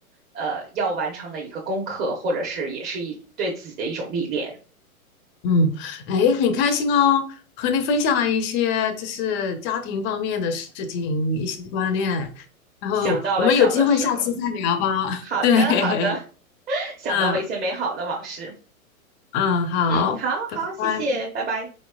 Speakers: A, on the right; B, on the left.
A: 呃要完成的一个功课，或者是也是一对自己的一种历练。
B: 嗯，哎，很开心哦，和你分享了一些就是家庭方面的事情，一些观念，然后我们有机会下次再聊吧。
A: 想到了小的时候。
B: <laughs>
A: 好的，
B: 对，
A: 好的，<laughs> 想到了一些美好的往事。
B: 嗯嗯，好，
A: 嗯，好好，
B: 拜拜。
A: 谢谢，拜拜。